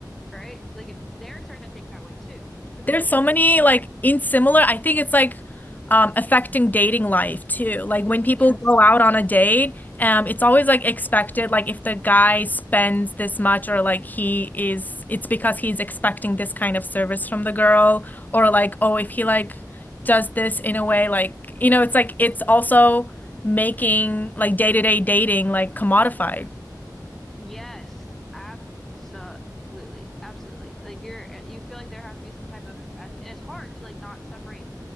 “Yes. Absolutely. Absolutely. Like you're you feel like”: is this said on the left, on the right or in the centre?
Centre